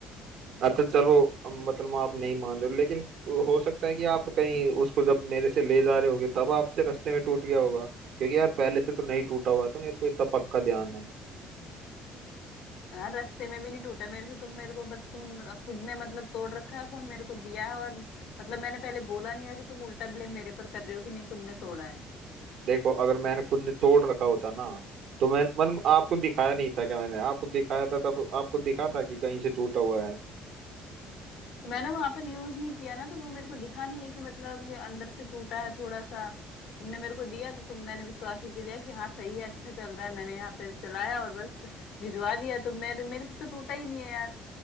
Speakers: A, on the right; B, on the left.
A: अच्छा चलो अब मतलब आप नहीं मान रहे हो लेकिन हो सकता है कि आप कहीं उसको जब मेरे से ले जा रहे होगे तब आपसे रास्ते में टूट गया होगा क्योंकि यार पहले से तो नहीं टूटा हुआ था मेरे को इतना पक्का ध्यान है
B: हाँ रास्ते में भी नहीं टूटा मेरे से तुम मेरे को बस तुम खुद ने मतलब तोड़ रखा है फोन मेरे को दिया है और मतलब मैंने पहले बोला नहीं है तो तुम उल्टा ब्लेम मेरे पर कर रहे हो कि नहीं तुमने तोड़ा है
A: देखो अगर मैंने खुद ने तोड़ रखा होता ना तो मैं मतलब आपको दिखाया नहीं था क्या मैंने आपको दिखाया था तब आपको दिखा था कि कहीं से टूटा हुआ है
B: तो मैंने वहां पर यूज नहीं किया ना तो वो मेरे को दिखा नहीं है कि मतलब ये अंदर से टूटा है थोड़ा सा तुमने मेरे को दिया तो तुम मैंने विश्वास करके लिया कि हाँ सही है अच्छा चल रहा है मैंने यहाँ पे चलाया और बस भिजवा दिया तो मेरे मेरे से तो टूटा ही नहीं है यार